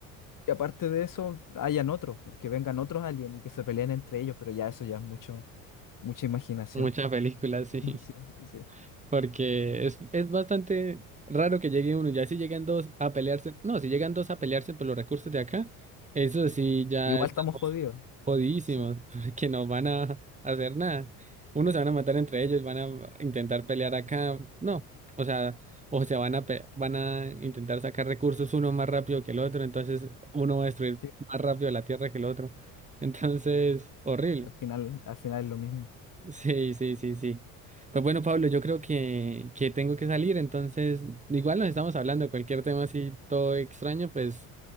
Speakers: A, on the left; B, on the right.
A: Y aparte de eso, hayan otros, po, que vengan otros aliens y que se peleen entre ellos, pero ya eso ya es mucho, mucha imaginación.
B: Muchas películas, sí.
A: <laughs> Sí, sí.
B: Porque es, es bastante raro que llegue uno. Ya si llegan dos a pelearse, no, si llegan dos a pelearse por los recursos de acá, eso sí ya
A: Igual
B: estamos
A: estamos jodidos.
B: jodidísimos,
A: Sí,
B: <laughs> porque no van a hacer nada. Unos se van a matar entre ellos, van a intentar pelear acá, no, o sea, o se van a pe- van a intentar sacar recursos uno más rápido que el otro, entonces uno va a destruir
A: sí.
B: más rápido la tierra que el otro. Entonces, horrible.
A: Al final, al final es lo mismo.
B: Sí, sí, sí, sí. Pues bueno, Pablo, yo creo que, que tengo que salir, entonces igual nos estamos hablando, cualquier tema así todo extraño, pues,